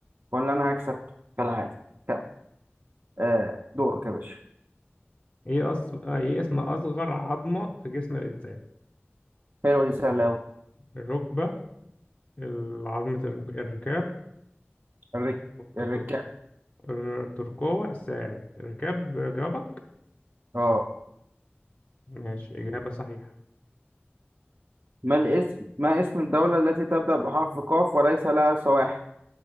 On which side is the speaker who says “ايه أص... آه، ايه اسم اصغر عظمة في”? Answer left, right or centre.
Left